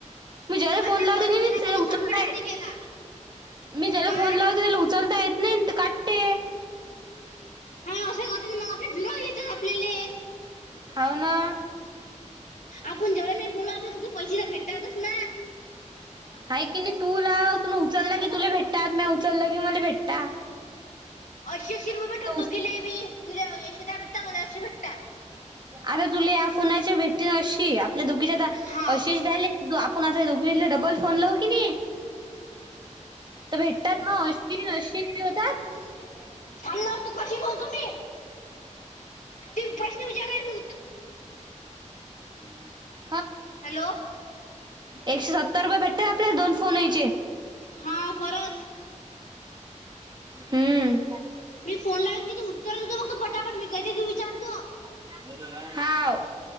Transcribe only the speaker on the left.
आणि
मी
पहिले
केला की तो
सबमिटच
नाही केला
काय
हा असे कस म आपल्याला झीरो येतात आपलेले.
आपण जेवढे मिनिट बोलू आपल्याला तिजे पैसे भेटतातच ना.
अंशी अंशी रुपये भेटतात
दोघीला बी तुला अशे दहा भेटतात मला अंशी भेटतात.
हाव
<inaudible> थांबणार तू कशी बोलतो मी ती प्रश्न विचारायले
हॅलो
हा खरंच
मी फोन लावून <unintelligible> पटापट विकायचे ते विचारतो.